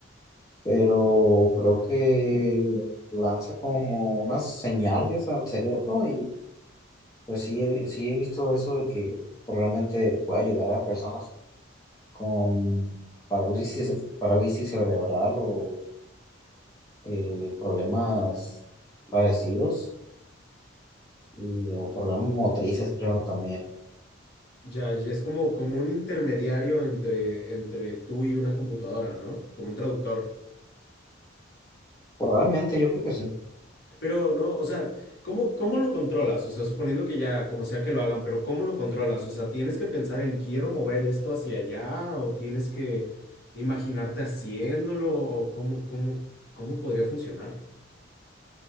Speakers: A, on the left; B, on the left.
A: pero creo que lanza como unas señales al cerebro Pues sí, he- sí he visto eso de que realmente puede ayudar a personas con parálisis, parálisis cerebral o eh, problemas parecidos y- o problemas motrices, creo también.
B: Ya, ya es como, como un intermediario entre, entre tú y una computadora, ¿no? Como un traductor.
A: Probablemente, yo creo que sí.
B: Pero no, o sea, ¿cómo, cómo lo controlas? O sea, suponiendo que ya, como sea que lo hagan, pero ¿cómo lo controlas? O sea, ¿tienes que pensar en quiero mover esto hacia allá? ¿O tienes que imaginarte haciéndolo? ¿O cómo, cómo, cómo podría funcionar?